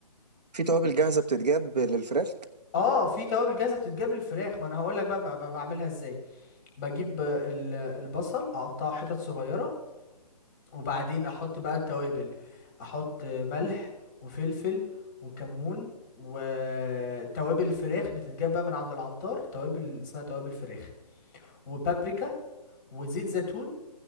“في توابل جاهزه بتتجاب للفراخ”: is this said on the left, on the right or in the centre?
Right